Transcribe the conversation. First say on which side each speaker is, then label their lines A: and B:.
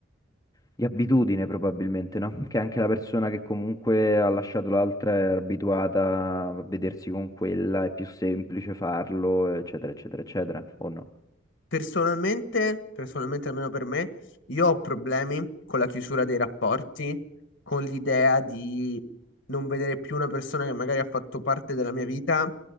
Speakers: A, on the left (about 20°); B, on the left (about 75°).
A: di abitudine probabilmente, no? Che anche la persona che comunque ha lasciato l'altra è abituata a vedersi con quella, è più semplice farlo, eccetera, eccetera, eccetera, o no?
B: Personalmente, personalmente almeno per me, io ho problemi con la chiusura dei rapporti, con l'idea di non vedere più una persona che magari ha fatto parte della mia vita,